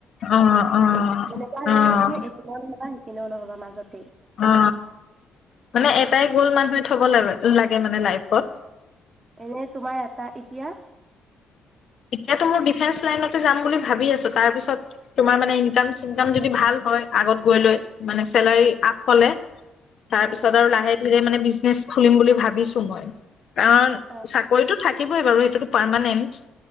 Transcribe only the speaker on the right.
তেনেকোৱা হলে
মানে তুমি এনেও নহব মাজত
এনে তোমাৰ এটা এতিয়া
উম
অ